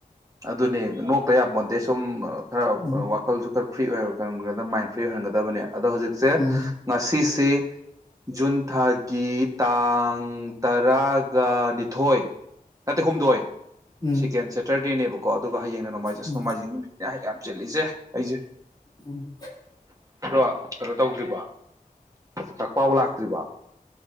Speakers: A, on the right (about 20°); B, on the left (about 25°).
A: ꯑꯗꯨꯅꯦ ꯅꯣꯛꯇ ꯌꯥꯄ ꯑꯗꯩ ꯁꯨꯝ ꯈꯔ
B: ꯎꯝ
A: ꯋꯥꯈꯜꯁꯨ ꯈꯔ ꯐ꯭ꯔꯤ ꯑꯣꯏꯌꯦꯕ ꯈꯟ ꯀꯗ ꯃꯥꯏꯟ ꯐ꯭ꯔꯤ ꯑꯣꯏꯍꯟꯒꯗꯕꯅꯦ ꯑꯗꯣ ꯍꯧꯖꯤꯛꯁꯦ
B: ꯎꯝ
A: ꯉꯁꯤꯁꯤ ꯖꯨꯟ ꯊꯥꯒꯤ ꯇꯥꯡ ꯇꯔꯥꯒ ꯅꯤꯊꯣꯏ ꯅꯠꯇꯦ ꯍꯨꯝꯗꯣꯏ
B: ꯎꯝ
A: ꯁꯦꯀꯦꯟ ꯁꯦꯇꯔꯗꯦ ꯇꯦꯅꯦꯕꯀꯣ ꯑꯗꯨꯒ ꯍꯌꯦꯡ ꯅꯣꯡꯃꯥꯏꯖꯁꯣꯡꯃꯖꯤꯡ
B: ꯎꯝ
A: ꯅꯨꯠꯅꯦ ꯍ ꯆꯠꯂꯤꯁꯦ ꯑꯩꯁꯦ
B: ꯎꯝ
A: ꯑꯣ ꯀꯩꯅꯣ ꯇꯧꯗ꯭ꯔꯤꯕ ꯀꯛꯄꯥꯎ ꯂꯥꯛꯇ꯭ꯔꯤꯕ